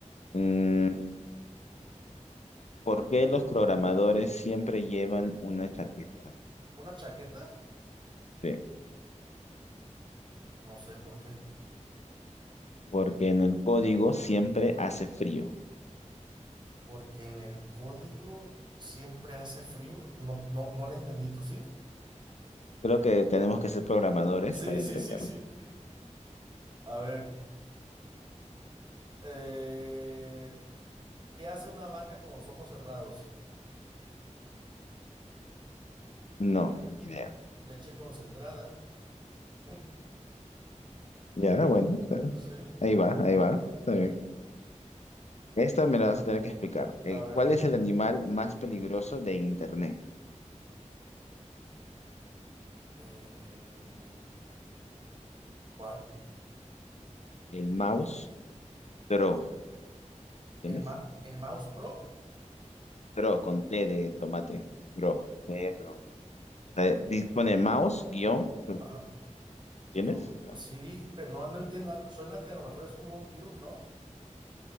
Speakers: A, on the left (about 60°); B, on the right (about 35°).
A: Mm, ¿por qué los programadores siempre llevan una chaqueta?
B: ¿Una chaqueta?
A: Sí,
B: No sé por qué.
A: porque en el código siempre hace frío.
B: Porque en el código siempre hace frío. No, no, no le entendí, ¿tú sí?
A: Creo que tenemos que ser programadores
B: Sí,
A: para
B: <laughs> sí,
A: entenderlo.
B: sí, sí. A ver. eh, ¿qué hace una vaca con los ojos cerrados?
A: No, ni idea.
B: Leche concentrada. <laughs>
A: Ya, bueno, está-
B: Sí, sí,
A: ahí
B: sí.
A: va, ahí va, está bien. Esta me la vas a tener que explicar. Eh,
B: A ver.
A: ¿cuál es el animal más peligroso de Internet?
B: eh, ¿cuál?
A: El mouse Dro. ¿Tienes?
B: ¿El, ma- el Mouse Pro?
A: Dro, con T de tomate. Dro. Eh, Dro. eh, di- pone mouse guión.
B: Ah,
A: Dro.
B: Ajá.
A: ¿Tienes?
B: Tro-
A: No.
B: sí, pero no, no entiendo. al- Suena que a lo mejor es como un virus, ¿no?